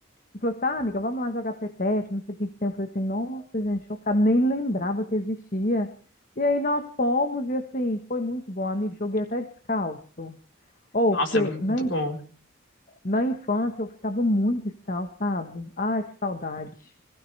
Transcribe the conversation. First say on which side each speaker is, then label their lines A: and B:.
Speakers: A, on the left; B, on the left.
A: e falou assim, ah, amiga, vamos lá jogar peteca, não sei o que que tem. Eu falei assim, nossa, gente, chocada, nem lembrava que existia. E aí nós fomos e assim, foi muito bom, amigo, joguei até descalço. Ou,
B: Nossa,
A: porque
B: é muito
A: na, inf-
B: bom.
A: na infância eu ficava muito descalço, sabe? Ai, que saudade.